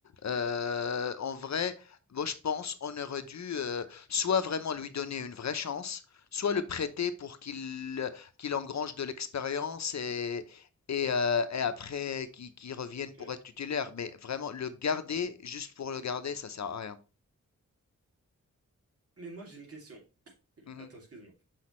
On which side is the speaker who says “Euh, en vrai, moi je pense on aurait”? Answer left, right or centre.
Left